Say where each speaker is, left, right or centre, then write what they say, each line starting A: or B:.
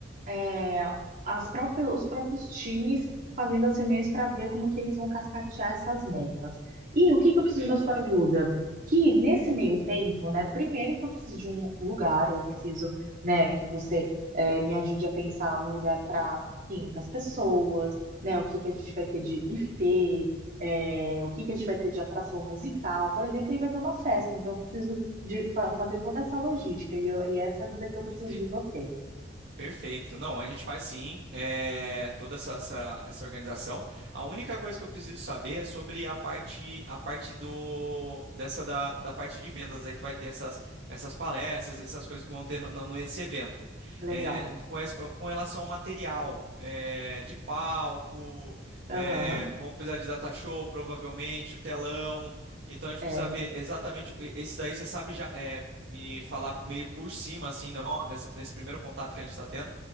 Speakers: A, on the right; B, on the right.
A: é, as próprias, os próprios times fazendo as reuniões para ver como que eles vão cascatear essas metas. E o que que eu
B: entendi.
A: preciso da sua ajuda? Que nesse meio tempo, né, primeiro que eu preciso de um lugar, eu preciso, né, que você eh, me ajude a pensar num lugar para 500 pessoas, né, o que que a gente vai ter de buffet, eh, o que que a gente vai ter de atração musical, por exemplo, aí vai ter uma festa, então eu preciso de fa- fazer toda essa logística e, eu- e é essa ajuda que eu preciso
B: Entendi.
A: de você.
B: Perfeito. Não, a gente faz sim, é, toda essa, essa, essa organização. A única coisa que eu preciso saber é sobre a parte a parte do dessa da, da parte de vendas aí que vai ter essas, essas palestras, essas coisas que vão ter no, no- nesse evento.
A: Legal.
B: É, com, esse- com relação ao material é, de palco, é,
A: Aham.
B: vão precisar de data show, provavelmente, o telão. Então a gente
A: É,
B: precisa ver exatamente o- esse daí você sabe já. é, me falar meio por cima, assim, não, nessa, nesse primeiro contato que a gente está tendo,